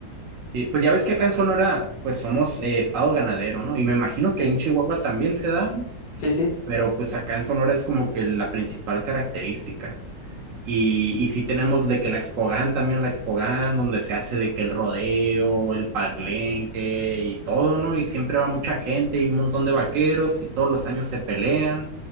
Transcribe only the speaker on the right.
eh, pues ya ves que acá en Sonora, pues somos eh, estado ganadero, ¿no? Y me imagino que
ahí en Chihuahua también se da, ¿no?
pero pues acá en Sonora es como que la principal característica. Y, y sí tenemos de que la Expogan también, la Expogan, donde se hace de que el rodeo, el palenque y todo, ¿no? Y siempre va mucha gente y un montón de vaqueros y todos los años se pelean.